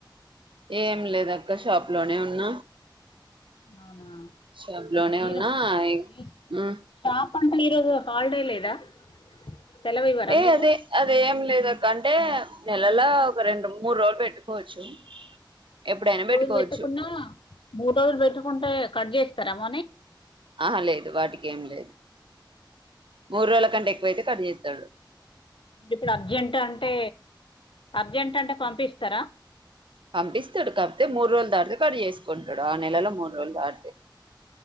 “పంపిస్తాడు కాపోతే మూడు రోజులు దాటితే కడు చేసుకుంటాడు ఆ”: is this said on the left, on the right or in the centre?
Right